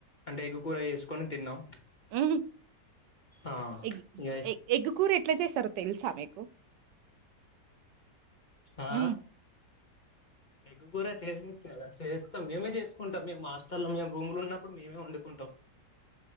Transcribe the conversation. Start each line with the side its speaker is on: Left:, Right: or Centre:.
Left: అంటే ఎగ్గు కూర ఏసుకొని తిన్నాం
Right: ఊ
Left: ఆ
Right: ఎగ్
Left: ఇగ
Right: ఎగ్గు కూరే ట్ల చేస్తారో తెలుసా మీకు
Left: ఆ
Right: హ్మ్.
Left: ఎగ్ కూర చేసి చేస్తాం మేమే చేసుకుంటాం మేము మాస్టర్లం మేము రూములున్నప్పుడు మేమే వండుకుంటాం